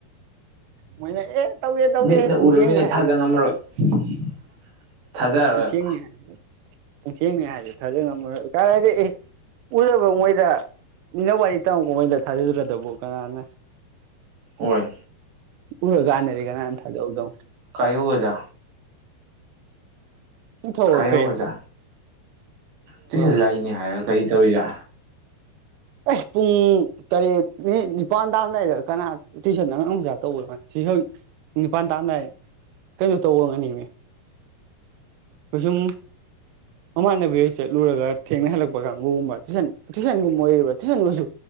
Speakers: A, on the right (about 85°); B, on the right (about 60°).
A: ꯃꯣꯏꯅ ꯑꯦ ꯇꯧꯗꯦ ꯇꯧꯗꯦ
B: ꯃꯤꯠꯅ
A: ꯄꯨꯡꯁꯦꯡꯅꯦ
B: ꯎꯔꯃꯤꯅ ꯊꯥꯖ
A: ꯍꯥꯏꯁꯨ
B: <inaudible> ꯊꯥꯖꯔꯔꯣꯏꯕ
A: ꯄꯨꯡꯁꯦꯡꯅꯦ ꯄꯨꯡꯁꯦꯡꯅꯦ ꯍꯥꯏꯁꯨ ꯊꯥꯖꯕ ꯉꯝꯃꯔꯣꯏ ꯀꯔꯥꯏꯗꯩ ꯑꯦ ꯎꯔꯕ ꯃꯣꯏꯗ ꯃꯤꯅ ꯋꯥꯔꯤ ꯇꯝꯃꯛꯄ ꯃꯣꯏꯗ ꯊꯥꯖꯗ꯭ꯔꯗꯕꯨ ꯀꯅꯥꯅ
B: ꯍꯣꯏ
A: ꯎꯔꯥ ꯀꯥꯟꯗꯗꯤ ꯀꯥꯅ ꯊꯥꯖꯗꯧꯅꯣ
B: ꯀꯥꯏꯌꯣ ꯑꯣꯖꯥ
A: ꯄꯨꯊꯧꯒꯠꯈꯦꯔ
B: ꯀꯥꯏꯌꯧꯒꯖꯥ ꯇꯨꯏꯁꯟ
A: ꯃꯥꯜꯂꯦ
B: ꯂꯥꯛꯏꯅꯦ ꯍꯥꯏꯔꯒ ꯀꯔꯤ ꯇꯧꯔꯤꯒ
A: ꯑꯦ ꯄꯨꯡ ꯇꯔꯦꯠ ꯃꯤꯅꯤꯠ ꯅꯤꯄꯥꯟ ꯇꯥꯝꯗꯥꯏꯗ ꯀꯅꯥ ꯇꯨꯏꯁꯟ ꯑꯉꯥꯡ ꯃꯆꯥ ꯇꯧꯕꯣ ꯁꯤꯁꯨꯖꯤꯛ ꯄꯨꯡ ꯅꯤꯄꯥꯟ ꯇꯥꯟꯗꯥꯥꯏ ꯀꯩꯅꯣ ꯇꯧꯕ ꯑꯤꯏꯔꯝꯅꯤꯅꯦ ꯀꯣꯏꯁꯨꯝ ꯃꯃꯥꯟꯅꯕꯤꯗ ꯆꯠꯂꯨꯔꯒ ꯊꯦꯡꯅ ꯍꯜꯂꯛꯄ ꯀꯥꯡꯒꯨꯕ ꯇꯨꯏꯁꯟ ꯇꯨꯏꯟꯒꯨꯝ ꯃꯣꯏ ꯇꯨꯁꯟꯅꯁꯨ